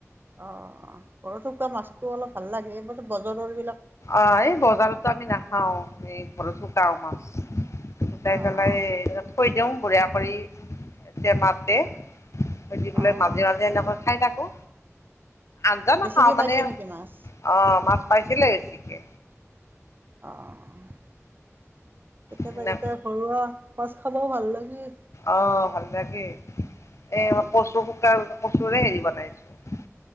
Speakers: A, on the right; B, on the left.
A: অ ঘৰত শুকুৱোৱা মাছতটো অলপ ভাল লাগে এই ব বজাৰৰ বিলাক
B: অ এই বজাৰতো আমি নাখাও এই ঘৰত শুকাও মাছ গুকাই
A: অঁ
B: পেলাই থৈ দিওঁ বুঢ়িয়া কৰিয টেমাতে - <unintelligible> পেলাই
A: অঁ
B: মাজে মাজে এনেকৈ খাই থাকো। <unintelligible>
A: বেছিকৈ
B: খাওঁ মানে
A: পাইছে নেকি মাছ
B: অ মাছ পাইছিলে বেছিকে
A: আহঁ কেতিয়াবা,
B: সেনে
A: কেতিয়াবা ঘৰুৱা মাছ খাবও ভাল লাগে।
B: অ ভাল লাগে এই কচু <unintelligible> হেৰি বনাইছো।